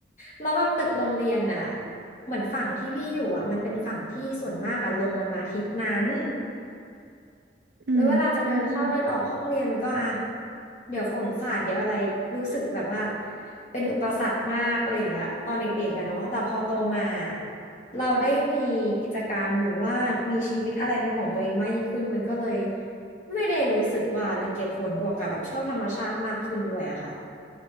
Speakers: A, on the left; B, on the right.
A: แล้วแบบตึกโรงเรียนอะเหมือนฝั่งที่พี่อยู่อะมันเป็นฝั่งที่ส่วนมากอะลมมันมาทิศนั้น
B: อืม
A: แล้วเวลาจะเดินเข้าเดินออกห้องเรียนมันก็อ่ะเดี๋ยวฝนสาดเดี๋ยวอะไรรู้สึกแบบว่าเป็นอุปสรรคมากอะไรอย่างเงี้ยตอนเด็กๆอะเนาะแต่พอโตมาเราได้มีกิจกรรมหรือว่ามีชีวิตอะไรเป็นของตัวเองมากยิ่งขึ้นมันก็เลยไม่ได้รู้สึกว่ารังเกียจฝนบวกกับแบบชอบธรรมชาติมากขึ้นด้วยอะค่ะ